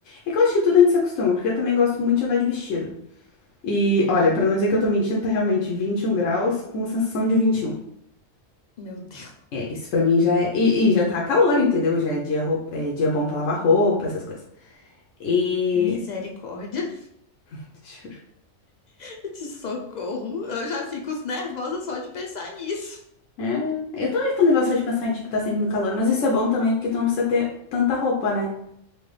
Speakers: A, on the left; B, on the left.
A: É que eu acho que tudo a gente se acostuma, porque eu também gosto muito de andar de vestido. E
B: Uhum.
A: olha, pra não dizer que eu tô mentindo, tá realmente 21 graus com sensação de 21.
B: Meu Deus.
A: É, isso pra mim já é. E, e já tá calor, entendeu? Já é dia, rou- é dia bom pra lavar roupa, essas coisas. E.
B: Misericórdia
A: <laughs> Juro.
B: <laughs> de socorro. Eu já fico nervosa só de pensar nisso.
A: É, eu também fico nervosa só de pensar em, tipo, tá sempre no calor, mas isso é bom também, porque tu não precisa ter tanta roupa, né?